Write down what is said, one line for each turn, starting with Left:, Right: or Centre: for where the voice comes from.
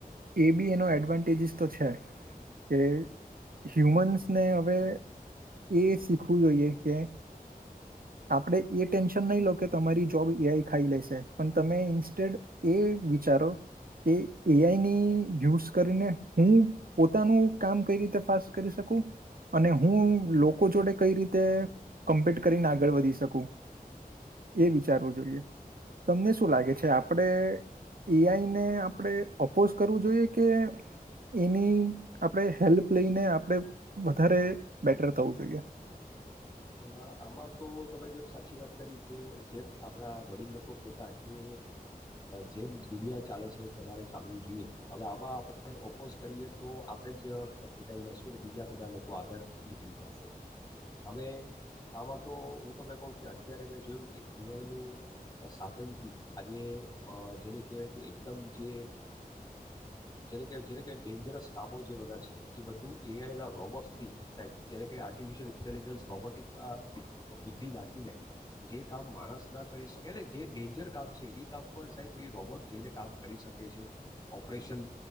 Right: એ બી એનો એડવાન્ટેજિસ તો છે, કે, હ્યુમન્સને હવે એ શીખવું જોઈએ કે આપણે એ ટેન્શન નહીં લો કે તમારી જોબ એ આય ખાઈ લેશે, પણ તમે ઇન્સ્ટેડ એ વિચા સારો કે એઆઈની યુઝ કરીને હું પોતાનું કામ કઈ રીતે ફાસ્ટ કરી શકું અને હું લોકો જોડે કઈ રીતે કમ્પેટ કરીને આગળ વધી શકું એ વિચારવું જોઈએ. તમને શું લાગે છે, આપણે એઆઈને આપણે અપોઝ કરવું જોઈએ કે, એની આપણે હેલ્પ લઈને આપણે વધારે બેટર થવું જોઈએ.
Left: અને આમાં તો તમે જે સાચી વાત કરી કે, જેમ આપડા વડીલ લોકો કેહેતા કે જેમ દુનિયા ચાલે છે એમ તમારે ચાલવું જોઈએ. હવે આમાં આપણે ઓપોઝ કરીએ તો આપણેે જ ફેંકાઈ જશું અને બીજા બધા લોકો આગળ નીકળી જશે. હવે આમાં તો હું તમને કહું કે અત્યારે મેં જોયું કે એઆઈ નું સાધનથી આજે જેને કહેવાય કે, એકદમ જે જેને જેને ડેન્જરસ કામો જે બધા છે, એ બધું એઆઈ રોબોટ્સ થી જે ને કેય આર્ટિફિશિયલ ઇન્ટેલિજન્સ રોબોટિક. અ બુદ્ધિ નાખી લેય. જે કામ માણસ ના કરી શકે, જે ડેન્જર કામ છે એ કામ પણ સાહેબ એ રોબોટ જઈને કામ કરી શકે છે, operation